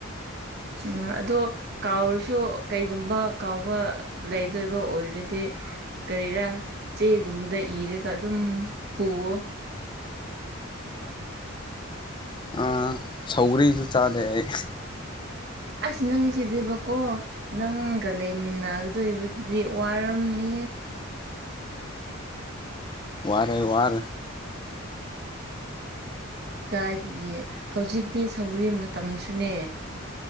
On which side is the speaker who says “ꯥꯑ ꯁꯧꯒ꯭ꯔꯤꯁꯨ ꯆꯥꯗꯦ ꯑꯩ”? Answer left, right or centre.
Left